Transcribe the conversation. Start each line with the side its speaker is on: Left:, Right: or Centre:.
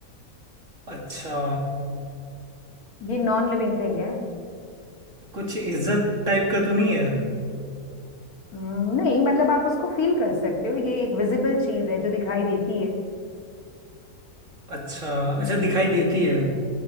Right: अच्छा
Left: ये नॉन लिविंग थिंग है
Right: कुछ इज्जत टाइप का तो नहीं है
Left: हम्म, नहीं मतलब आप उसको फील कर सकते हो ये एक विजिबल चीज है जो दिखाई देती है
Right: अच्छा
Left: हम्म,
Right: अच्छा दिखाई देती है